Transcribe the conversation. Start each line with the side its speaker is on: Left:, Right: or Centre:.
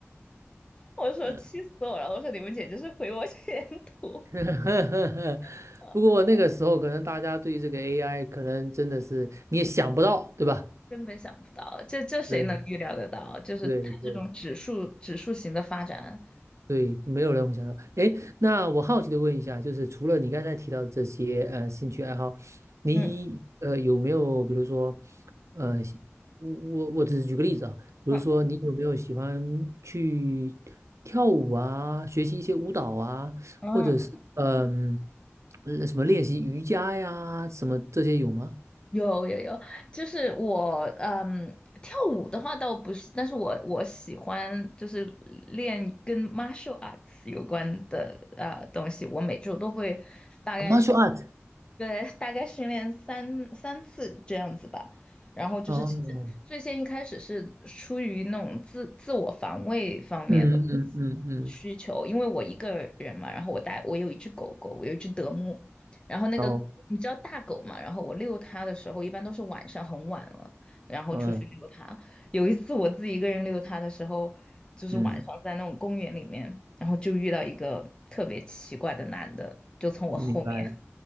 Left: 我说气死我了。
Right: 嗯。
Left: 我说你们简直是毁我前途，
Right: <laughs>
Left: <laughs> 呃，
Right: 不过那个时候可能大家对这个 AI 可能真的是你也想不到，对吧？
Left: 根本想不到，这这谁能预料得到？
Right: 对
Left: 就是它这种指数指数型的发展，
Right: 对对对，没有人会想到。哎，那我好奇的问一下，就是除了你刚才提到这些呃兴趣爱好，你呃有没有比如说
Left: 嗯
Right: 呃，喜我我我只是举个例子啊，比如说你有没有喜欢去跳舞啊，
Left: 嗯。
Right: 学习一些舞蹈啊，
Left: 嗯
Right: 或者是嗯、呃什么练习瑜伽呀，什么这些有吗？
Left: 有有有，就是我嗯，跳舞的话倒不是，但是我我喜欢就是练跟 martial arts 有关的呃东西，我每周都会大概是。
Right: 啊，martial art。
Left: 对，大概训练三三次这样子吧。然后就是其实最先一开始是出于那种自自我防卫方面的
Right: 哦，嗯嗯嗯嗯，
Left: 需求，因为我一个人嘛，然后我带我有一只狗狗，我有一只德牧，然后那个你知道大狗嘛，
Right: 哦，
Left: 然后我遛它的时候一般都是晚上很晚了，然后出去遛它。
Right: 嗯
Left: 有一次我自己一个人遛它的时候，就是晚上在那种公园里面，
Right: 嗯，
Left: 然后就遇到一个特别奇怪的男的，就从我后面。
Right: 明白了，